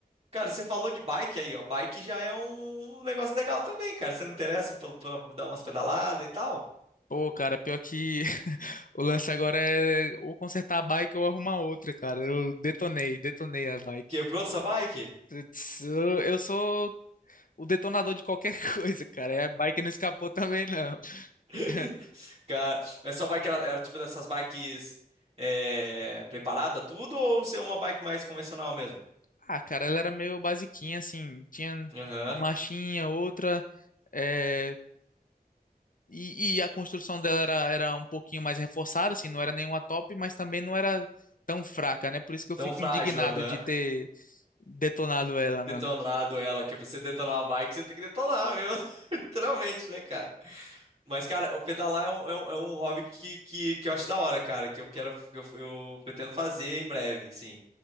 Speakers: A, on the right; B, on the left.
A: Cara, você falou de bike aí, ó. Bike já é um um negócio legal também, cara. Você não interessa pra, pra dar umas pedaladas e tal?
B: Pô, cara, pior que <laughs> o lance agora é ou consertar a bike ou arrumar outra, cara. Eu detonei, detonei a bike.
A: Quebrou sua bike?
B: Putz, Eu eu sou o detonador de qualquer <laughs> coisa, cara. E a bike não escapou também, não.
A: <laughs>
B: <laughs>
A: Cara, mas sua bike era, era tipo dessas bikes é, preparada tudo ou ser uma bike mais convencional mesmo?
B: Ah, cara, ela era meio basiquinha, assim. Tinha
A: Aham.
B: uma marchinha, outra. é, E, e a construção dela era, era um pouquinho mais reforçada, assim, não era nenhuma top, mas também não era tão fraca, né? Por isso que eu
A: Tão
B: fico
A: frágil,
B: indignado
A: aham.
B: de ter detonado ela,
A: Detonado
B: mano.
A: ela, que pra você detonar uma bike, você tem que detonar, meu. <laughs> Literalmente, né, cara? Mas, cara, o pedalar é um, é um, é um hobby que, que, que eu acho da hora, cara, que eu quero, que eu, eu pretendo fazer em breve, assim.